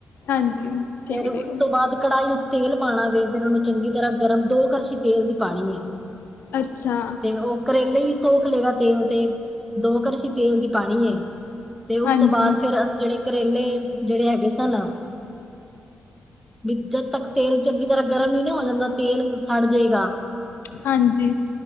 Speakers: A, on the left (about 80°); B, in the centre.
A: ਹਾਂਜੀ ਠੀਕ
B: ਫੇਰ
A: ਹੈ
B: ਉਸ
A: ਠੀਕ ਹੈ
B: ਤੋ ਬਾਦ ਕੜਾਹੀਏ ਚ ਤੇਲ ਪਾਣਾ ਵੇ ਫੇਰ ਓਨੂੰ ਚੰਗੀ ਤਰਾਂ ਗਰਮ ਦੋ ਕਰਸ਼ੀ ਤੇਲ ਦੀ ਪਾਣੀ ਏ
A: ਅੱਛਾ।
B: ਤੇ ਓ ਕਰੇਲੇ ਈ ਸੋਖ ਲੇਗਾ ਤੇਲ ਤੇ, ਦੋ ਕਰਸੀ਼ ਤੇਲ ਦੀ ਪਾਣੀ ਏ ਤੇ ਉਸ
A: ਹਾਂਜੀ
B: ਤੋਂ ਬਾਅਦ ਫੇਰ ਅਸੀਂ ਜਿਹੜੇ ਕਰੇਲੇ ਜਿਹੜੇ ਹੈਗੇ ਸਨ। ਵੀ ਜਦ ਤੱਕ ਤੇਲ ਚੰਗੀ ਤਰ੍ਹਾਂ ਗਰਮ ਨੀ ਨਾ ਹੋ ਜਾਂਦਾ ਤੇਲ ਸੜ ਜੇ ਗਾ
A: ਹਾਂਜੀ,